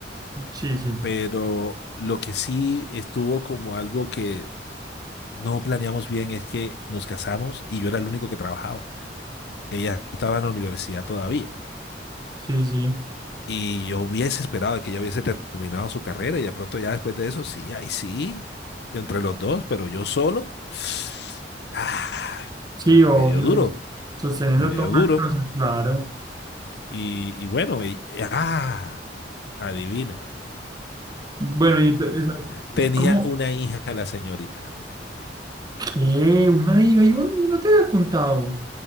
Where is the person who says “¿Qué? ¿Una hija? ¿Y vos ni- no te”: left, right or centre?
Right